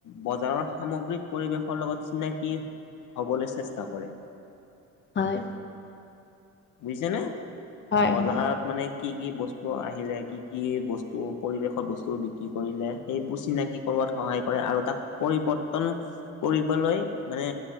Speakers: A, on the left; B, on the left.
A: বজাৰৰ সামগ্ৰিক পৰিৱেশৰ লগত চিনাকি হ'বলৈ চেষ্টা কৰে।
B: হয়।
A: বুজিছে নে
B: হয়
A: বজাৰত
B: হয়
A: মানে কি কি বস্তু আহিলে কি কি বস্তু পৰিৱেশত বস্তু বিক্ৰী কৰিলে সেইবোৰ চিনাকি কৰোৱাত সহায় কৰে আৰু তাক পৰিৱৰ্তন কৰিবলৈ মানে